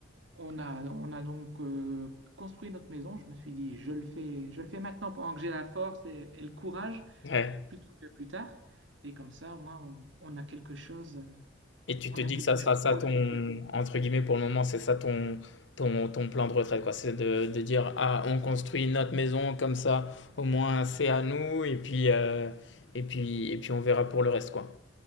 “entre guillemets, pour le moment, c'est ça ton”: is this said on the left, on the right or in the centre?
Left